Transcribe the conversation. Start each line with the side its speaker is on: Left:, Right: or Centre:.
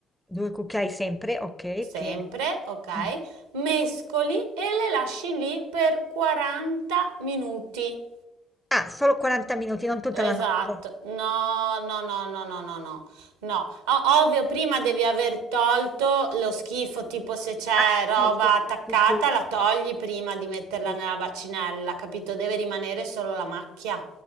Centre: due cucchiai sempre, ok,
Right: sempre,
Centre: pieno.
Right: okay,
Centre: Mm.
Right: mescoli e le lasci lì per 40 minuti.
Centre: Ah, solo 40 minuti, non tutta
Right: Esatto,
Centre: la notte.
Right: no, no, no, no, no, no, no, no, O- ovvio prima devi aver tolto lo schifo, tipo se c'è
Centre: Ah,
Right: roba
Centre: sì,
Right: attaccata
Centre: sì, sì, sì,
Right: la togli prima di metterla
Centre: sì.
Right: nella bacinella, capito? Deve rimanere solo la macchia.